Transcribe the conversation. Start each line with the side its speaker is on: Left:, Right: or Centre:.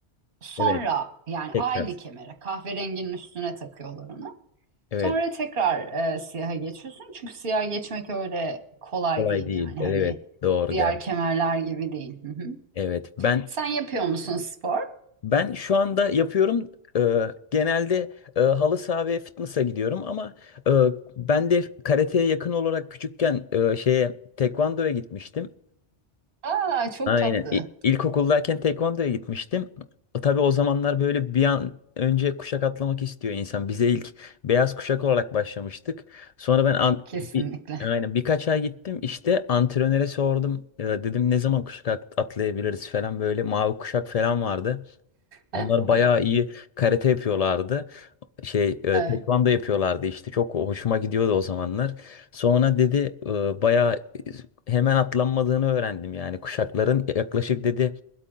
Right: Sonra
Left: Evet,
Right: yani
Left: tekrar.
Right: aynı kemere kahverenginin üstüne takıyorlar onu.
Left: Evet,
Right: Sonra tekrar e, siyaha geçiyorsun. Çünkü siyaha geçmek öyle kolay
Left: kolay
Right: değil
Left: değil.
Right: yani
Left: Evet,
Right: hani
Left: doğru
Right: diğer
Left: gel.
Right: kemerler gibi değil. Hı hı.
Left: Evet, ben
Right: Sen yapıyor musun spor?
Left: ben şu anda yapıyorum. Ee, genelde e, halı saha ve fitness'a gidiyorum ama e, ben de karateye yakın olarak küçükken e, şeye tekvandoya gitmiştim.
Right: Aa, çok
Left: Aynen.
Right: tatlı.
Left: İ- İlkokuldayken tekvandoya gitmiştim. Tabii o zamanlar böyle bir an önce kuşak atlamak istiyor insan. Bize ilk beyaz kuşak olarak başlamıştık. Sonra ben an-
Right: Kesinlikle.
Left: bir, aynen birkaç ay gittim. İşte antrenöre sordum. Ya dedim ne zaman kuşak at- atlayabiliriz falan böyle. Mavi kuşak falan vardı.
Right: <laughs>
Left: Onlar bayağı iyi karate yapıyorlardı şey e,
Right: Evet.
Left: tekvando yapıyorlardı işte çok hoşuma gidiyordu o zamanlar. Sonra dedi e, bayağı e, hemen atlanmadığını öğrendim yani kuşakların yaklaşık dedi